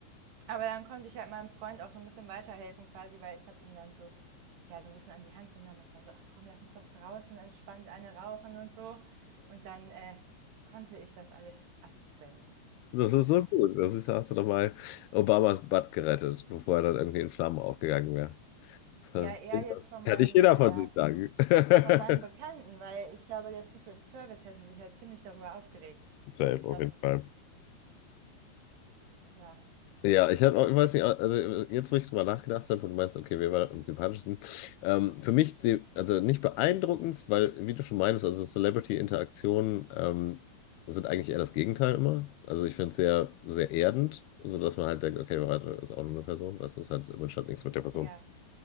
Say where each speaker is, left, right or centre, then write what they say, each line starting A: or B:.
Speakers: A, on the right; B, on the left.
A: Aber dann konnte ich halt meinem Freund auch so ein bisschen weiterhelfen quasi, weil ich habe ihn dann so, ja, so ein bisschen an die Hand genommen und war so, ach komm, lass uns doch draußen entspannt eine rauchen und so. Und dann äh, konnte ich das alles abwenden.
B: Das ist
A: Ja.
B: so gut. Das ist, hast du doch mal Obamas Butt gerettet, bevor er dann irgendwie in Flammen aufgegangen wäre.
A: Ja,
B: Ja.
A: eher jetzt von
B: Kann
A: meinem,
B: nicht jeder
A: äh,
B: von sich sagen.
A: von meinem Bekannten,
B: <laughs>
A: weil ich glaube, der Secret Service hätte sich halt ziemlich darüber aufgeregt.
B: Safe,
A: Ich
B: auf
A: glaube,
B: jeden Fall.
A: ja,
B: Ja, ich habe auch, ich weiß nicht, also jetzt, wo ich drüber nachgedacht habe, wo du meinst, okay, wer war am sympathischsten? Ähm, für mich, die, also nicht beeindruckendst, weil, wie du schon meinst, also Celebrity-Interaktionen ähm, sind eigentlich eher das Gegenteil immer. Also ich finde es sehr, sehr erdend, sodass man halt denkt, okay, warte, ist auch nur eine Person, weißt du, das hat jetzt im Moment nichts mit der Person
A: ja.